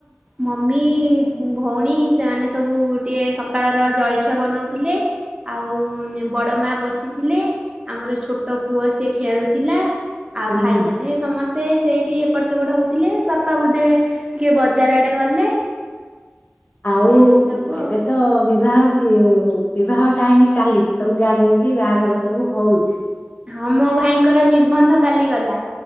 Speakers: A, on the right (about 25°); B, on the left (about 45°).
A: ମମି। ଭଉଣୀ ସେମାନେ ସବୁ ଟିକେ ସକାଳର ଜଳଖିଆ ବନାଉଥିଲେ ଆଉ ବଡ ମା ବସିଥିଲେ ଆମର ଛୋଟ ପୁଅ ସିଏ ଖେଳୁଥିଲା ଆଉ
B: ହୁଁ
A: ଭାଇ ମାନେ ସେ ସେଇଠି ଏପଟ ସେପଟ ହଉଥିଲେ ବାପା ବୋଧେ ଟିକେ ବଜାର ଆଡେ ଗଲେ।
B: ଆଉ
A: ଏମିତି ସବୁ ଆଉ।
B: ଏବେ ତ ବିବାହ ସିଏ ବିବାହ ଟାଇମ ଚାଲିଛି ସବୁ ଯାହା ଯେମିତି ବାହାଘର ସବୁ ହଉଛି।
A: ହଁ ମୋ ଭାଇଙ୍କର ନିର୍ବନ୍ଧ କାଲି ଗଲା।